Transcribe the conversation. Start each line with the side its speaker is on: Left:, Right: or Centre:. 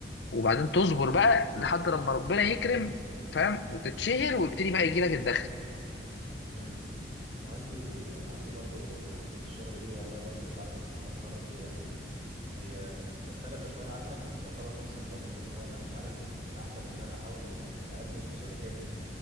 Left: وبعدين تصبر بقى لحد لما ربنا يكرم فاهم وتتشهر ويبتدي بقى يجي لك الدخل
Right: امم انا عندي عندي برضو في حته الشغل دي والله برضو مش عارف انا مقرر ايه يعني هي مختلفه شويه عنك بس يعتبر نفس النارين اللي هو انا مش عارف الاحسن ان انا احاول اقدم في شركات